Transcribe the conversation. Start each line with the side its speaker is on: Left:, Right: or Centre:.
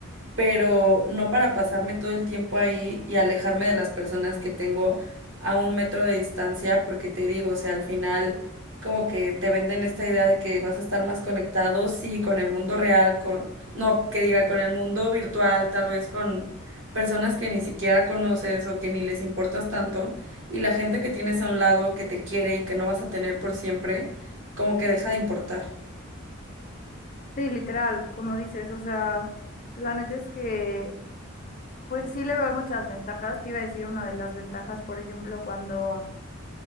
Right: pero no para pasarme todo el tiempo ahí y alejarme de las personas que tengo a un metro de distancia, porque te digo, o sea, al final como que te venden esta idea de que vas a estar más conectado, sí, con el mundo real, con, no, que diga, con el mundo virtual, tal vez con personas que ni siquiera conoces o que ni les importas tanto, y la gente que tienes a un lado que te quiere y que no vas a tener por siempre, como que deja de importar.
Left: Sí, literal, como dices, o sea, la neta es que, pues sí le veo muchas ventajas. Te iba a decir una de las ventajas, por ejemplo, cuando,